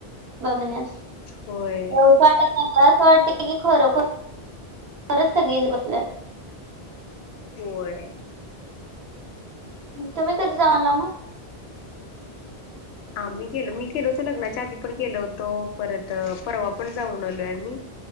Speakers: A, on the right; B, on the left.
A: बघण्यास
B: होय
A: वाटा अस वाटते. ती खरोखरच सगळे बसल्यात.
B: होय.
A: तुम्ही कधी जाऊन आला मग.
B: आम्ही गेलो मी गेलो होतो लग्नाच्या आधी पण गेलो होतो परत परवा पण जाऊन आलोय मी.